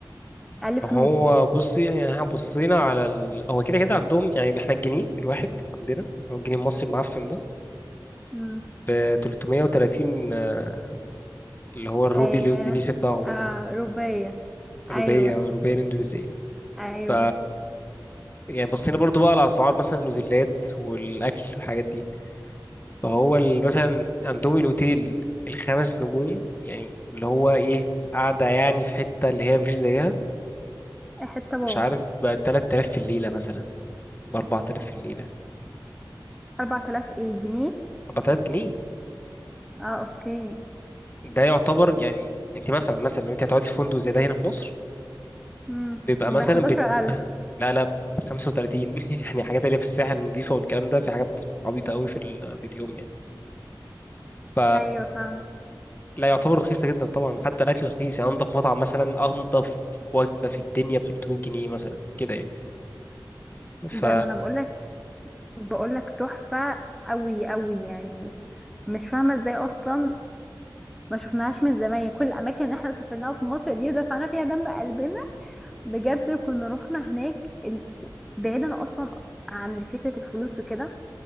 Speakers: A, in the centre; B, on the left (about 25°).
A: اقل فلوس
B: هو
A: يعني
B: بصي يعني احنا بصينا على ال... هو كده كده عندهم يعني احنا الجنيه الواحد عندنا اللي هو الجنيه المصري المعفن ده
A: امم
B: ب 330 آه، اللي هو الروبي
A: آه
B: الاندونيسي بتاعهم
A: آه
B: ده
A: رباية
B: روبية
A: ايوه
B: روبية الاندونيسية
A: ايوه
B: ف يعني بصينا برضو بقى على اسعار مثلا الاوتيلات والاكل والحاجات دي فهو ال- مثلا عندهم الاوتيل الخمس نجوم يعني اللي هو ايه قاعدة يعني في حتة اللي هي مفيش زيها
A: حتة بوم
B: مش عارف ب 3000 في الليلة مثلا ب 4000 في الليلة
A: 4000 ايه جنيه
B: 4000 جنيه
A: اه اوكي
B: ده يعتبر يعني انت مثلا مثلا لو انت هتقعدي في فندق زي ده هنا في مصر
A: امم
B: بيبقى
A: ب
B: مثلا
A: 11000
B: بت... لا لا 35 <laughs> يعني حاجات اللي هي في الساحل النظيفة والكلام ده في حاجات عبيطة قوي في ال... في اليوم يعني ف
A: ايوه فاهم
B: لا يعتبر رخيصة جدا طبعا وحتى الأكل رخيص يعني أنضف مطعم مثلا أنضف وجبة في الدنيا ب 300 جنيه مثلا كده يعني ف
A: ده ما انا بقول لك بقول لك تحفة قوي قوي يعني مش فاهمة ازاي اصلا ما شفناهاش من زمان يعني. كل الاماكن اللي احنا سافرناها في مصر دي ودفعنا فيها دم قلبنا بجد كنا رحنا هناك ال... بعيدا اصلا عن فكرة الفلوس وكده